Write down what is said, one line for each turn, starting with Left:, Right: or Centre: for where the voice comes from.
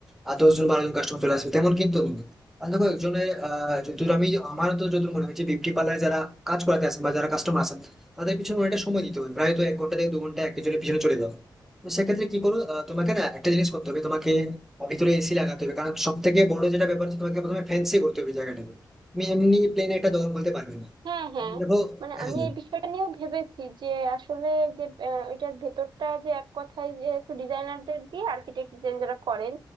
Centre: আহ, দশ জন বারো জন কাস্টমার চলে আসবে তেমন কিন্তু নয়। কারণ দেখো একজনের আহ যতদূর আমি আমার তো যতদূর মনে হচ্ছে বিউটি পার্লারে যারা কাজ করাতে আসেন বা যারা কাস্টমার আসেন তাদের পিছনে অনেকটা সময় দিতে হবে প্রায় তো এক ঘন্টা থেকে দু ঘন্টা একজনের পিছনে চলে যাও তো সেক্ষেত্রে কি করো আহ, তোমাকে না একটা জিনিস করতে হবে তোমাকে ভিতরে এসি লাগাতে হবে কারণ সব থেকে বড় যেটা ব্যাপার হচ্ছে তোমাকে প্রথমে ফ্যান্সি করতে হবে জায়গাটা তুমি এমনি প্লেন একটা দৌড় বলতে পারবে না
Right: হ্যাঁ হ্যাঁ
Centre: কারণ দেখো
Right: মানে
Centre: হ্যাঁ
Right: আমি এই বিষয়টা নিয়েও ভেবেছি যে আসলে যে আহ, ওইটার ভেতরটা যে এক কথায় যে একটু ডিজাইনারদের দিয়ে আর্কিটেক্ট যারা করেন